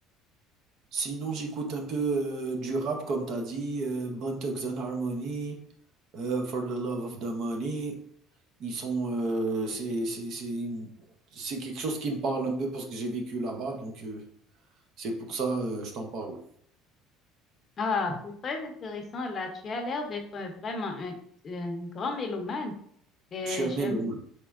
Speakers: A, on the right; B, on the left.
A: Sinon, j'écoute un peu euh, du rap, comme tu as dit, euh, Bone Thugs and Harmony, euh, For the Love of the Money. Ils sont, euh, c'est, c'est, c'est une- c'est quelque chose qui me parle un peu parce que j'ai vécu là-bas, donc euh, c'est pour ça euh, je t'en parle.
B: Ah, c'est très intéressant. Là, tu as l'air d'être euh, vraiment un, un grand mélomane. Et
A: Je suis un mélomane.
B: j'aime